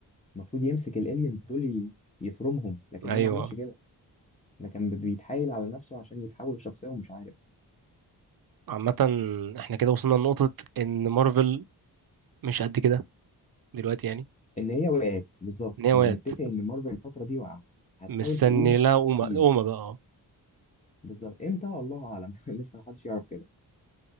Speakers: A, on the left; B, on the right.
A: المفروض يمسك الالينز دول ي- يفرمهم لكن
B: ايوه
A: هو ما عملش
B: آه.
A: كده ده كان بيتحايل على نفسه عشان يتحول لشخصية ومش عارف
B: عامة احنا كده وصلنا لنقطة ان مارفل مش قد كده دلوقتي يعني
A: ان هي وقعت بالظبط
B: ان هي وقعت
A: ن- نتفق ان مارفل الفترة دي وقع هتحاول
B: مستني
A: تقوم
B: لها قومة
A: اكيد
B: قومة بقى آه.
A: بالظبط امتى الله اعلم <laughs> لسه محدش يعرف كده